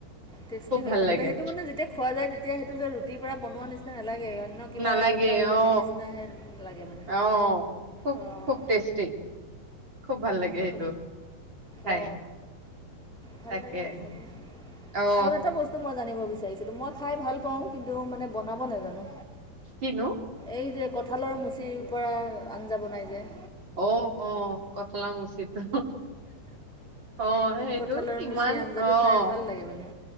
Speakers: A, in the centre; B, on the right.
A: টেষ্টি
B: খুব
A: হয়
B: ভাল
A: খাবলৈ
B: লাগে
A: সেইটো মানে যেতিয়া খোৱা যায়। এতিয়া সেইটো যে ৰুটিৰ পৰা বনোৱা নিচিনা। লাগে অন্য কিবা
B: নালাগে
A: এটাজন
B: অ
A: নিচিনাহে লাগে মানে
B: অ খুব
A: অঁ
B: খুব টেষ্টি খুব ভাল লাগে
A: খাব
B: সেইটো খাই
A: অ ভাল
B: তাকে
A: লাগে আৰু খাব।
B: অ
A: আৰু এটা বস্তু মই জানো বিো মই খাই ভাল পাওঁ কিন্তু মানে বনাব নাজানো
B: কিনো
A: এই যে কঁঠালৰ মুচিৰ পৰা আঞ্জা বনাই যায়।
B: অঁ অঁ কঁঠালৰ মুচি টো অঁ সেইটো
A: কঁঠালৰ
B: ইমান
A: মুচিৰ আঞ্জাটো
B: অঁ
A: খাই ভাল লাগে মানে